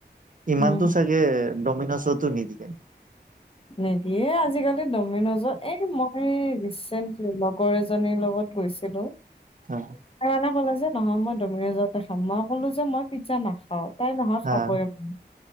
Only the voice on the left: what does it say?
হুম,
নিদিয়ে আজিকালি দমিনজত এই মই ৰিচেণ্টলি অলপ <unintelligible> কৰ এজনীৰ লগত গৈছিলো
তাই মানে ক'লে যে, নহয় মই ডমিৰেজতে খাম, মই কলো যে মই পিজ্জা নাখাওঁ তাই নহয়
খাবই, <unintelligible>